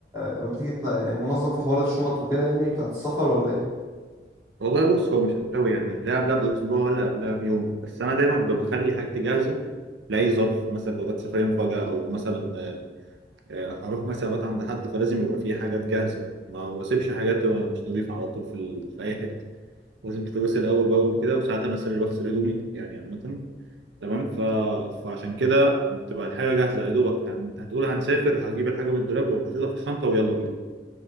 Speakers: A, on the right; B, on the right.
A: لما تيجي تن- يعني منظم في حوار الشنط وكده يعني بتاعت السفر ولا ايه
B: والله بص هو مش قوي يعني لا قبلها باسبوع ولا قبلها بيوم بس انا دايما ب- بخلي حاجتي جاهزه لاي ظرف مثلا لو جت سفريه مفاجاه او مثلا آه، آه، هروح مثلا ابات عند حد فلازم يبقى في حاجات جاهزه ما بسيبش حاجات تبقى مش نظيفه على طول في ال... في اي حته لازم تتغسل اول باول كده وساعات انا أصل اللي بغسل هدومي يعني عامه تمام ف... فعشان كده بتبقى الحاجه جاهزه يا دوبك هن- انت هتقول هنسافر هجيب الحاجه من الدولاب وحاططها في الشنطه ويلا بينا